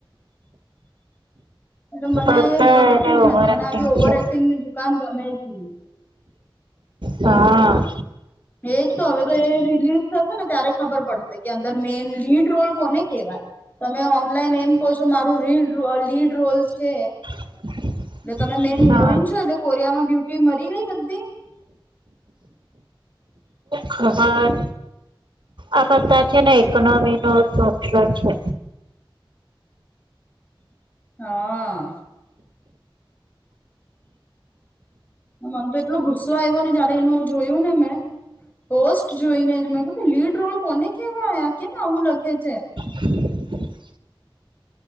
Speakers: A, on the left; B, on the right.
A: એટલે મને
B: પત્તર
A: ગમતી જ નથી
B: ઓવર
A: મને
B: એક્ટિંગ
A: આવી ઓવર
B: છે
A: એક્ટિંગની દુકાન ગમે જ નહી, તો
B: હા,
A: એજ તો હવે તો એ રિલીઝ થશે ને ત્યારે ખબર પડશે કે અંદર મેઈન લીડ રોલ કોને કેહેવાય, તમે ઓનલાઈન એમ કહો છો મારું રીડ લીડ રોલ છે,
B: <unintelligible>
A: એટલે તમે મેન
B: હા
A: હિરોઈન છો એટલે કોરિયામાં બ્યુટી મરી ગઈ બધી
B: ખબર આ બધા છે ને ઇકોનોમી નોટ છે,
A: હા મન તો એટલો ગુસ્સો આવ્યો ને જયારે એનું જોયું ને મેં પોસ્ટ જોઈને જ મે લીડ રોલ કોને કેવા કેને આવું લખે છે,
B: <unintelligible>